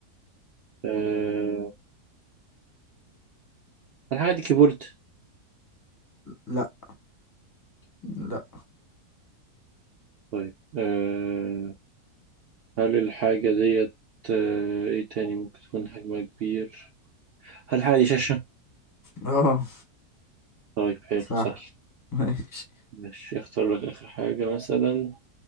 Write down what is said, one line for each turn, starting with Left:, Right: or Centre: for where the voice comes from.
Right: أه الحاجة دي كيبورد
Left: لا لا
Right: طيب أه هل الحاجة ديت أه ايه تاني ممكن تكون حجمها كبير هل الحاجة دي شاشة
Left: اه
Right: طيب حلو
Left: صح
Right: سهل
Left: ماشي
Right: ماشي اختار لك آخر حاجة مثلا